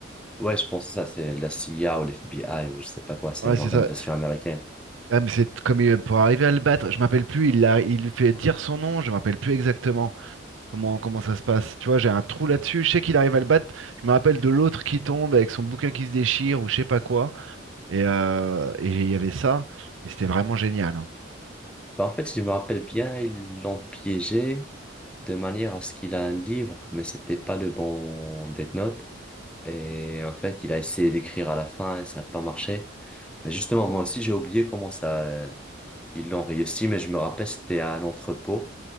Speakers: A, in the centre; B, on the right.
A: Ouais, je pense que ça, c'est la CIA ou l'FBI ou je sais pas quoi, c'est
B: Ouais,
A: l'organisation
B: c'est ça.
A: américaine.
B: Ah, mais c'est comme il- pour arriver à le battre, je m'appelle plus, il, l'a- il lui fait dire son nom, je m'appelle plus exactement comment, comment ça se passe. Tu vois, j'ai un trou là-dessus, je sais qu'il arrive à le battre, je me rappelle de l'autre qui tombe avec son bouquin qui se déchire ou je sais pas quoi. Et euh, et il y avait ça, et c'était vraiment génial. hein.
A: Bah, en fait, si je me rappelle bien, ils l'ont piégé de manière à ce qu'il a un livre, mais c'était pas le bon Death Note. Et en fait, il a essayé d'écrire à la fin et ça n'a pas marché. Mais justement, moi aussi, j'ai oublié comment ça, Ils l'ont réussi, mais je me rappelle, c'était à un entrepôt.